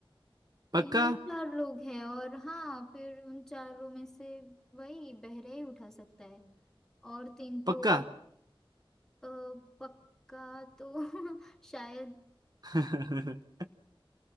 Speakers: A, on the right; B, in the centre.
A: पक्का
B: ये चार लोग हैं और हाँ फिर उन चारों में से वही बहरा ही उठा सकता है और तीन तो
A: पक्का
B: अ, पक्का तो <laughs> शायद
A: <laughs>